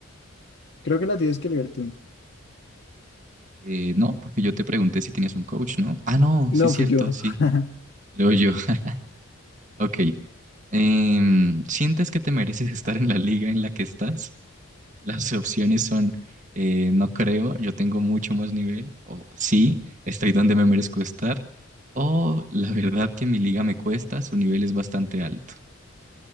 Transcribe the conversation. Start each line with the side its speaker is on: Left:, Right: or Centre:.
Left: creo que la tienes que leer tú.
Right: Eh, no, porque yo te pregunté si tenías un coach, ¿no? Ah, no,
Left: No
Right: sí, cierto,
Left: fui yo.
Right: sí.
Left: <laughs>
Right: Luego yo. <laughs> Ok. Em, ¿sientes que te mereces estar en la liga en la que estás? Las opciones son, eh, no creo, yo tengo mucho más nivel, o sí, estoy donde me merezco estar, o la verdad que mi liga me cuesta, su nivel es bastante alto.